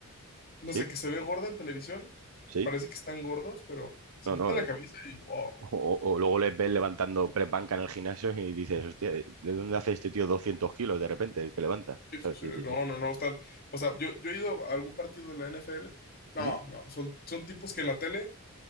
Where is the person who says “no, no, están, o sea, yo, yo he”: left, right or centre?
Left